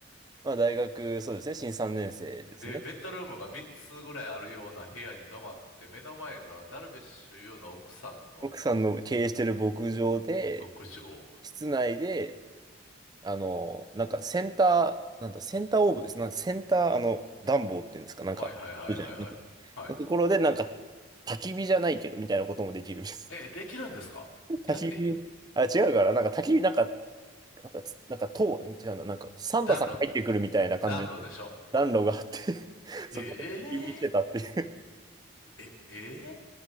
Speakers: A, on the right; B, on the left.
A: まあ、大学、そうですね、新3年生ですね。
B: で、ベッドルームが3つぐらいあるような部屋に泊まって、目の前がダルビッシュ有の奥さんの
A: 奥さんの経営してる牧場で、
B: 牧場。
A: 室内で、あの、なんかセンター、なんだ、センターオーブです。なんかセンター、あの、暖房っていうんですか、なんか、
B: はいはいはいはいはい。
A: みたいな、なんか、
B: はい。
A: のところで、なんか、焚き火じゃないけど、みたいなこともできるみたいです。
B: え、できるんですかやって、
A: <laughs> 焚き火、あ、違うから、なんか焚き火、なんか、なんかつ、なんか、塔、違うな、なんか、サンタさんが入ってくるみたいな感じの暖炉があって
B: 暖炉、暖炉でしょ
A: <laughs> そこで焚き火してたっていう。
B: えええ、え